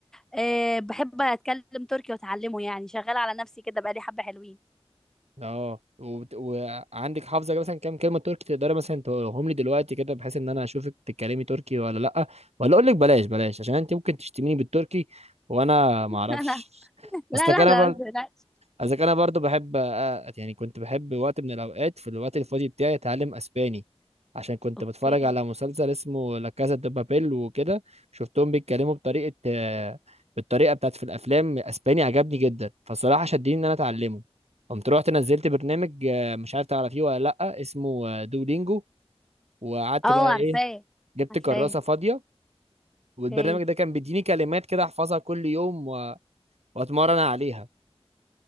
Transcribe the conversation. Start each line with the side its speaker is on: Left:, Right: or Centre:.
Centre: أه بحب اتكلم تركي واتعلمه يعني شغاله على نفسي كده بقى لي حبه حلوين
Right: اه وبت... وعندك حافظه مثلا كام كلمه تركي تقدري مثلا تقولهم لي دلوقتي كده بحيث ان انا اشوفك بتتكلمي تركي ولا لا ولا اقول لك بلاش بلاش عشان انت ممكن تشتميني بالتركي وانا ما
Centre: <laughs>
Right: اعرفش
Centre: لا
Right: اصلك انا
Centre: لا لا لا ما تقلقش
Right: اذا كان انا برضو بحب آه، يعني كنت بحب وقت من الاوقات في الوقت الفاضي بتاعي اتعلم اسباني عشان كنت
Centre: اوكي
Right: بتفرج على مسلسل اسمه لا كاسا دي بابيل وكده شفتهم بيتكلموا بطريقه آه، بالطريقه بتاعت في الافلام اسباني عجبني جدا فالصراحه شدني ان انا اتعلمه قمت رحت نزلت برنامج آه، مش عارف تعرفيه ولا لا اسمه آه، دولينجو وقعدت
Centre: اه
Right: بقى
Centre: عارفاه
Right: ايه جبت
Centre: عارفاه
Right: كراسه فاضيه والبرنامج
Centre: اوكي
Right: ده كان بيديني كلمات كده احفظها كل يوم و- واتمرن عليها